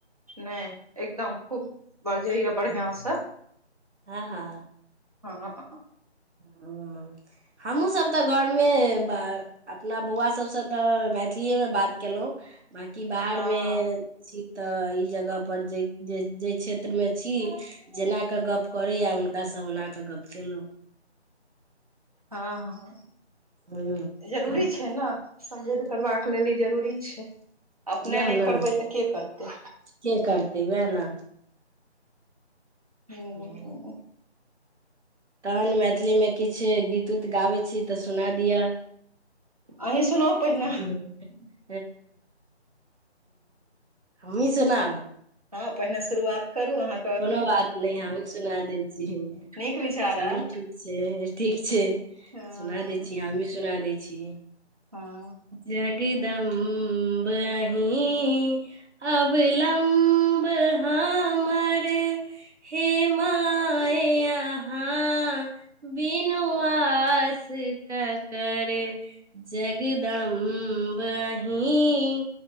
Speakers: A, on the right; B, on the right.
A: नहि एकदम खूब बरजैए बढ़िआँ सँ
B: हँ हँ
A: हँ <unintelligible>
B: हाँ हमहुँ सब तऽ घर मऽ मे अपना बौआ सभ सँ तऽ मैथिलीए मे बात केलहुँ बाकी बाहर
A: हँ
B: मे छी तऽ ई जगह पर जे जे जेय क्षेत्र मे छी जेना के गप करैया हुनकाँ ओना कऽ गप केलहुँ
A: हँ हँ
B: हँ
A: जरूरी छै ने समृद्ध करबाक लेल ई जरूरी छै अपने
B: वएह
A: नहि
B: ने
A: करबै तऽ के करतै
B: के करतै वएह ने
A: ह
B: हुँ तहन मैथिली मे किछ गीत उत गाबै छी तऽ सुना दिअ
A: आही सुनाउ पहिने
B: <unintelligible> हमही सुनाउ
A: हँ पहिने शुरुआत करू अहाँ
B: कोनो बात नहि हम सुना दै छी
A: नीक विचार
B: चलू
A: आयल
B: ठीक छै ठीक छै
A: ह
B: सुना दै छी हमही सुना दै छी
A: हँ
B: जगदम्ब अहीँ अविलम्ब हमर हे माय अहाँ विनुआास केकर जगदम्ब अही